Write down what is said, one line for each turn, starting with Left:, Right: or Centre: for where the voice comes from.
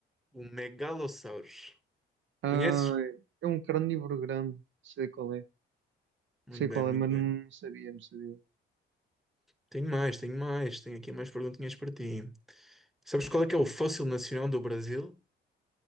Centre: O Megalossauros.
Right: Ah,
Centre: Conheces?
Right: é um carnívoro grande, sei qual é.
Centre: Muito
Right: Sei
Centre: bem,
Right: qual
Centre: muito
Right: é, mas
Centre: bem.
Right: não sabia, não sabia.
Centre: Tenho mais, tenho mais. Tenho aqui mais perguntinhas para ti. Sabes qual é que é o fóssil nacional do Brasil?